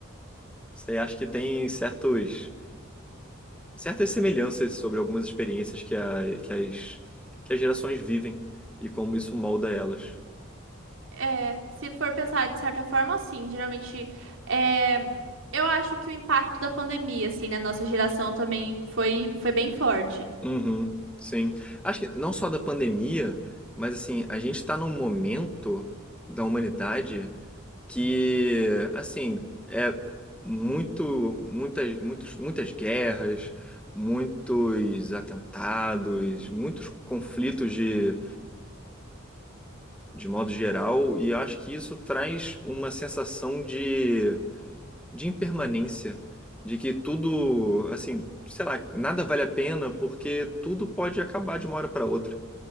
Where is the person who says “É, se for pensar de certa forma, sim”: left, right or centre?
Right